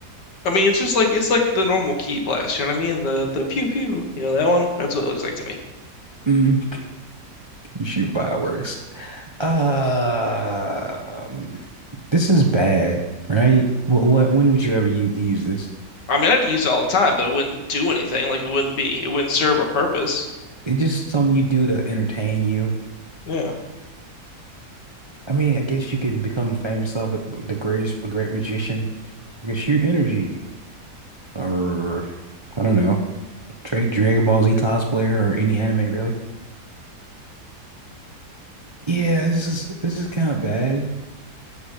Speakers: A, on the left (about 80°); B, on the right (about 30°).
A: I mean, it's just like it's like the normal key blast, you know what I mean? The the pew pew, you know that one? That's what it looks like to me.
B: Mm, you shoot fireworks. Um, this is bad, right? What, what, when would you ever u- use this?
A: I mean, I'd use it all the time, but it wouldn't do anything. Like it wouldn't be, it wouldn't serve a purpose.
B: It's just something you do to entertain you.
A: Yeah.
B: I mean, I guess you can become famous of it, the greatest, a great magician. I can shoot energy, or I don't know, Drake, Dragon Ball Z cosplayer, or any anime really. Yeah, this is this is kind of bad.